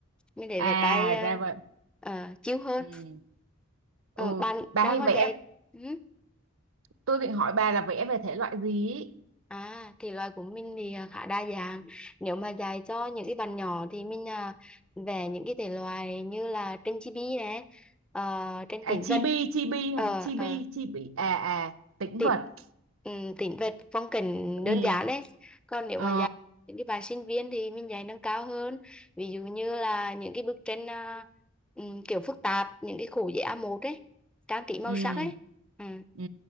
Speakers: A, in the centre; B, on the right.
A: mình thấy
B: à
A: về tay
B: ra vậy
A: uh, chiêu hơn
B: ừ.
A: Ờ,
B: ừ
A: bạn
B: bà
A: đang
B: hay
A: có
B: vẽ
A: dạy ừ.
B: tôi định hỏi bà là vẽ về thể loại gì ý.
A: à thì loại của mình thì ờ, khá đa dạng nếu mà dạy cho những cái bạn nhỏ thì mình à, về những cái thể loại như là tranh chibi này ờ, tranh tĩnh
B: à chibi
A: vật
B: chibi
A: Ờ,
B: hả? chibi
A: ờ.
B: chibi à à tĩnh
A: tính
B: vật
A: um, tính về phong cảnh đơn
B: ừ
A: giản đấy còn nếu
B: ờ
A: mà dạy những cái bạn sinh viên thì mình dạy nâng cao hơn ví dụ như là những cái bức tranh à, ừm, kiểu phức tạp những cái khổ giấy A1 ấy trang trí màu
B: ừ
A: sắc ấy ừ.
B: ừ